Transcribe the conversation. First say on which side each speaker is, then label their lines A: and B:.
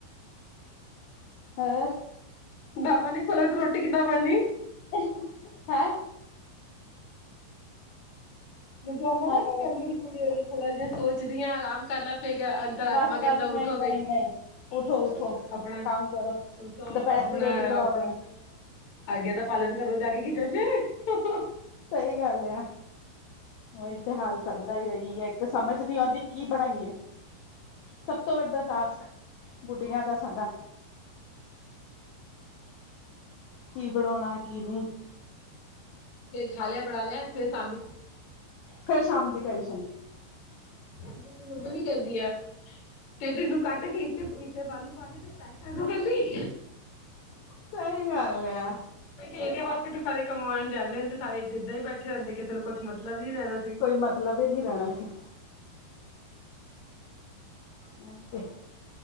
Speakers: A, on the left (about 75°); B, on the left (about 55°).
A: ਹੋਰ
B: ਢਾਬਾ ਨੀ ਖੋਲੋ ਤੇ ਰੋਟੀ ਕਿੱਦਾ ਬੰਨੀ।
A: ਐ ਹੈ ਹੈ
B: ਜੋ ਆਂਦਾ
A: ਹੈਲੋ
B: ਨਾ ਕੀ ਕਹਿੰਦੇ ਕਿ ਕੁੜੀ ਥੋੜਾ ਜਿਹਾ ਸੋਚਦੀ ਹਾਂ ਆਰਾਮ ਕਰ ਲੈ ਫਿਰ। ਤਤਮਾ
A: ਬਸ
B: ਕਹਿੰਦਾ
A: ਬਸ ਨਹੀਂ
B: ਉੱਠੋ
A: ਨਹੀਂ
B: ਬੇਟੀ,
A: ਨਹੀਂ ਉਠੋ ਉਠੋ
B: ਆਪਣਾ
A: ਕੰਮ ਕਰੋ
B: ਉੱਠੋ।
A: ਦੁਪਹਿਰ
B: ਆਪਣਾ
A: ਦੀ ਰੋਟੀ ਬਣਾਓ
B: ਆਪਣਾ
A: ਹੁਣ
B: ਆਗਿਆ ਦਾ ਪਾਲਣ ਕਰੋ ਜਾ ਕੇ ਕਿਚਨ ਚ
A: ਸਹੀ ਗੱਲ ਆ। ਉਹੀ ਤੇ ਹਾਲ ਸਭ ਦਾ ਹੈਹੀ ਹੈ ਇੱਕ ਤਾਂ ਸਮਝ ਨੀ ਆਉਂਦੀ ਕੀ ਬਣਾਈਏ? ਸਭ ਤੋਂ ਵੱਡਾ ਟਾਸਕ ਬੁੱਢੀਆਂ ਦਾ ਸਾਡਾ! ਕੀ ਬਣਾਉਣਾ ਕੀ ਨਹੀਂ
B: ਫੇਰ ਖਾ ਲਿਆ ਬਣਾ ਲਿਆ ਫਿਰ ਸ਼ਾਮੀ
A: ਫੇਰ ਸ਼ਾਮ ਦੀ ਟੈਨਸ਼ਨ
B: ਮੇਰੀ ਮੰਮੀ ਵੀ ਕਹਿੰਦੀ ਆ ਤੇ ਤੈਨੂੰ ਕੱਟ ਕੇ ਤੇ ਇੱਟੇ ਬਾਲੂ ਪਾ ਕੇ ਫ ਪੈਕ ਕਰ ਦੋ ਅਗੋ ਕੈੰਦੀ
A: ਸਹੀ ਗੱਲ ਆ।
B: ਇਹਦੇ ਵਾਸਤੇ ਸਾਰੇ ਕਮਾਉਣ ਜਾਣੇੁੰ ਤੇ ਸਾਰੇ ਇੱਦਾਂ ਹੀ ਬੈਠੇ ਹੁੰਦੇ ਕਿਸੇ ਨੂੰ ਕੁਛ ਮਤਲਬ ਨੀ ਲੈਣਾ ਸੀ।
A: ਕੋਈ ਮਤਲਬ ਇਹ ਨੀ ਰਹਿਣਾ ਸੀ। ਮ ਤੇ